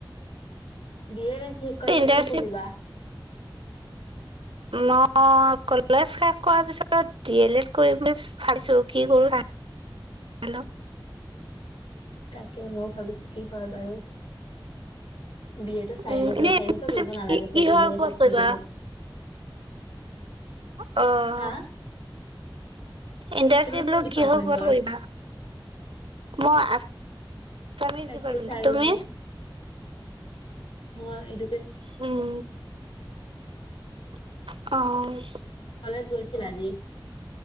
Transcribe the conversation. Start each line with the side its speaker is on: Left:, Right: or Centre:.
Left: বিয়েৰ শেষ কৰি
Right: ইণ্টাৰ্ণশ্বিপ
Left: কি পঢ়িবা।
Right: মই কলেজ শেষ কৰাৰ পিছত ডি এল এড কৰিম বুলি ভাবিছোঁ কি কৰো তাকে। হেল্ল',
Left: তাকে ময় ভাবিছো কি হয় বাৰু। বি এ চাৰি
Right: উম
Left: বছৰ
Right: এনে
Left: চাৰি
Right: ইণ্টাৰ্ণশ্বিপ
Left: বছৰ কৰিব
Right: কি
Left: নালাগে
Right: কিহৰ
Left: চা তিন
Right: ওপৰত
Left: বছৰ কৰিলে
Right: কৰিবা
Left: হ'ল
Right: অহ,
Left: হা
Right: ইণ্টাৰচিপ
Left: তুমি কোন
Right: লোক
Left: ডিপাৰ্টমেন্টৰ
Right: কিহৰ পৰত কৰিবা মই আ চাইন্স
Left: তাকে
Right: ডিপাৰ্টমেণ্ট
Left: চাই
Right: তুমি?
Left: লওঁ মই এইটো
Right: উম, আহ,
Left: কলেজ গৈছিল আজি?